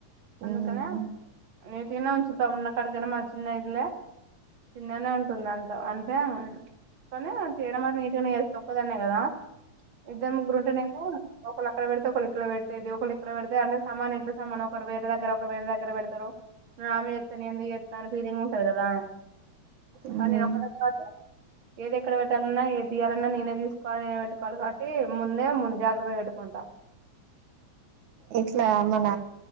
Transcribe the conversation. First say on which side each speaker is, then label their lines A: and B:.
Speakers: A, on the right; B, on the right.
A: అందుకనే
B: ఉమ్
A: నీటికినా ఉంచుతా అక్కడికైనా మ చిన్న ఇల్లే నీటిగానే ఉంటుంది అంట అంటే కానీ చేయడం మరి నీట్గానే చేస్తా ఒక్కదాన్నే కదా <unintelligible> ఇద్దరు ముగ్గురు ఉంటేనేమో ఒక అక్కడ పెడితే ఒకలు ఇక్కడ పెట్టేది ఒకడ పెడితే అంటే సమాన ఇట్లో సమాన్న ఒక వే దగ్గర ఒకరు వేర దగ్గర పెడతారు ఆమె ఎస్తాను ఎందుకు చెస్తా అని ఫీలింగ్ ఉంటది కదా
B: ఉమ్
A: కానీ ఒకటి తరువాత ఏదేక్కడ పెట్టాలన్నా ఏదియాలన్నా నేనే తీసుకోవాలి. నేనే పెట్టుకోవాలి కాబట్టి ముందే ముందు జాగ్రత్త పెట్టుకుంటా.
B: ఇట్లా మన